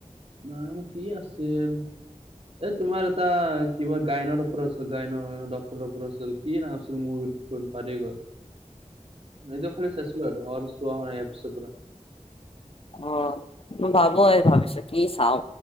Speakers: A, on the right; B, on the left.
A: নাম কি আছিল? এ তোমাৰ এটা কিবা গায়নৰ পৰচ গাইন ডটৰাপ <inaudible> আছিল, কি নাম আছিল মোৰ খোন পাহৰি গল। এইটো খালি চেচো আৰু <inaudible> এপছ পুৰা।
B: অ, মই ভাবো এই ভাবিছো কি চাও?